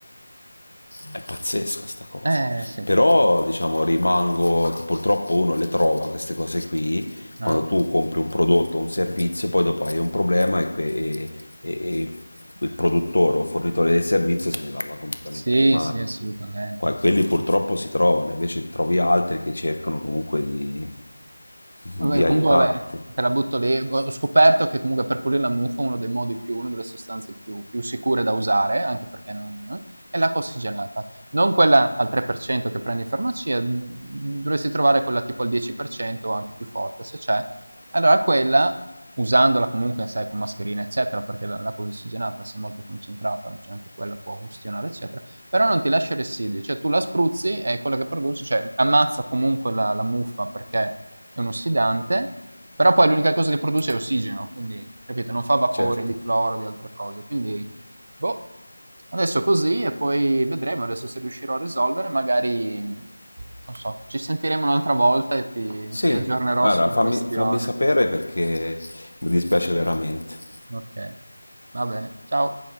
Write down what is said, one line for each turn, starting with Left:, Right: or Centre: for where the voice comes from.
Left: È pazzesca sta cosa.
Right: Eh, sì.
Left: Però, diciamo, rimango, che purtroppo uno le trova queste cose qui,
Right: Eh?
Left: quando tu compri un prodotto o un servizio, poi dopo hai un problema e, que- e- e- e il produttore o fornitore del servizio se ne lava completamente
Right: Sì,
Left: le mani.
Right: sì, assolutamente.
Left: Qua-
Right: assolutamente.
Left: Quelli purtroppo si trovano, invece trovi altri che cercano comunque di, di
Right: Vabbè,
Left: aiutarti.
Right: comunque Io- vabbè, te la butto lì. Ho ho scoperto che comunque per pulire la muffa uno dei modi più, una delle sostanze più, più sicure da usare, anche perché non... è l'acqua ossigenata. Non quella al 3% che prendi in farmacia, mh, dovresti trovare quella tipo al 10% o anche più forte, se c'è. Allora quella, usandola comunque, sai, con mascherina, eccetera, perché la- l'acqua ossigenata, se è molto concentrata, cioè anche quella può ustionare, eccetera, però non ti lascia residui, cioè tu la spruzzi e quello che produci, cioè ammazza comunque la la muffa perché è uno sfidante, però poi l'unica cosa che produce è ossigeno, quindi capito, non fa vapori
Left: Certo.
Right: di cloro, di altre cose, quindi boh, adesso così e poi vedremo adesso se riuscirò a risolvere, magari non so, ci sentiremo un'altra volta e ti,
Left: Sì,
Right: ti aggiornerò
Left: allora
Right: sulla
Left: fammi,
Right: questione.
Left: fammi sapere perché mi dispiace veramente.
Right: Ok, va bene, ciao.